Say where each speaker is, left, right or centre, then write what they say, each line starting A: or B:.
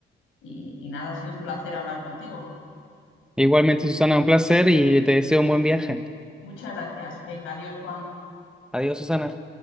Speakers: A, on the left; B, in the centre.
A: y y nada, ha sido un placer hablar contigo.
B: Igualmente, Susana, un placer y te deseo un buen viaje.
A: Muchas gracias. Venga, adiós, Juan.
B: Adiós, Susana.